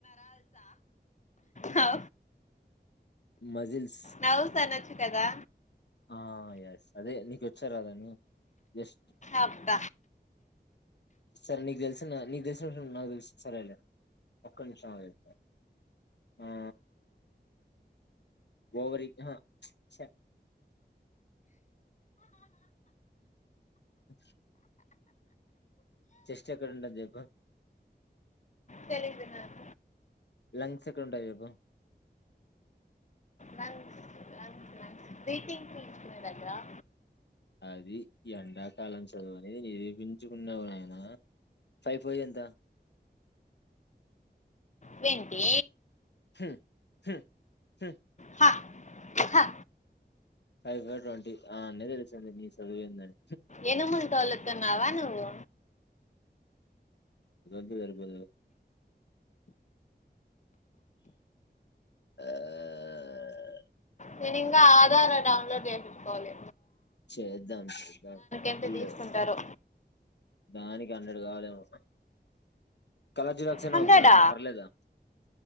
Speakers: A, on the left (about 45°); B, on the left (about 75°).
A: హా
B: మజిల్స్
A: నవ్స్ అనచ్చు కదా
B: ఆ ఎస్ అదే నీకొచ్చారు రాదా అని జస్ట్
A: అబ్బ
B: సరే నీకు తెలిసిన నీకు తెలిసిన విషయం నాకు తెలిసిన సరేలే ఒక్క నిమిషం ఆగు ఆ ఓవరి అహ ఛ అ చెెస్ట్ ఎక్కడ ఉంటది చెప్పు
A: తెలీదు నాకు
B: లంగ్స్ ఎక్కడ ఉంటాయి చెప్పు
A: లంగ్స్ లంగ్స్ లంగ్స్ బ్రీతింగ్ పీల్చుకునే దగ్గర
B: అదీ ఎండాకాలం చదువు అనేది నిరూపించుకున్నవు నాయన ఫైవ్ ఫైవ్ ఎంత
A: వెంటి
B: హూ హూ హూ
A: హ హ
B: ఫైవ్ ఫైవ్ ట్వంటీ ఆణ్ణే తెలిసింది నీ చదువు ఏందని
A: ఏనుమును తోలతున్నావా నువ్వు
B: ది సరిపోతాది ఆ <unintelligible>
A: నేను ఇంకా ఆధార్ డౌన్లోడ్ చేప్పించుకోవాలి
B: చేద్దాం డబ్బుల్లేవు
A: ఎంత తీసుకుంటారో
B: దానికి హండ్రెడ్ కావాలేమో కలర్ జిరాక్స్ అయినా
A: హండ్రెడా
B: ఓకేనా పర్లేదా